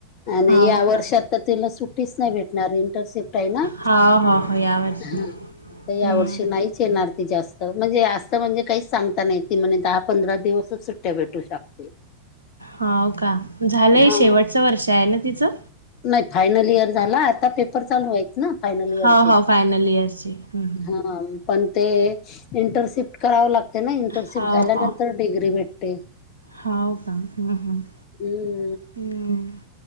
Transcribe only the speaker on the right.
हाव
का
हाव हो हो यावर्षी
हम्म
हाव का? झालंय
शेवटचं वर्षा आहे ना तिचं.
हो हो फायनल इयरची हम्म हम्म
हा
हा
हाव का? हम्म हम्म
हम.